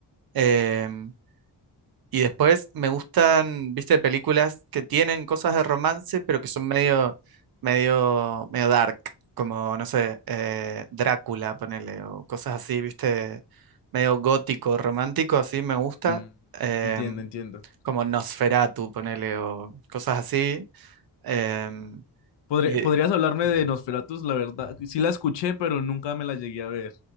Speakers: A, on the right; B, on the left.
A: Em, y después me gustan, viste, películas que tienen cosas de romance, pero que son medio, medio, medio dark, como, no sé, eh, Drácula, ponele, o cosas así, viste, medio gótico, romántico, así me gusta,
B: Mm,
A: em,
B: entiendo, entiendo.
A: como Nosferatu, ponele, o cosas así. em,
B: Podré-
A: y,
B: ¿podrías hablarme de Nosferatus? La verdad, sí la escuché, pero nunca me la llegué a ver.